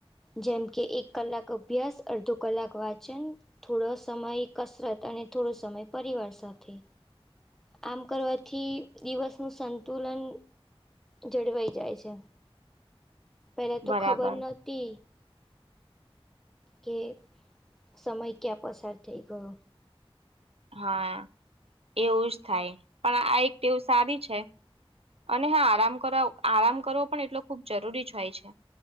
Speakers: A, in the centre; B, on the right (about 75°).
A: જેમ કે એક કલાક અભ્યાસ અડધો કલાક વાંચન. થોડો સમય કસરત અને થોડો સમય પરિવાર સાથે. આમ કરવાથી દિવસ નું સંતુલન જળવાઈ જાય છે. પેલા તો
B: બરાબર
A: ખબર નથ તે કે સમય ક્યાં પસાર થઈ ગયો.
B: હા એવું જ થાય પણ આ એક ટેવ સારી છે. અને હા આરામ કર આરામ કરવો પણ એટલો ખુબ જરૂરી જ હોય છે.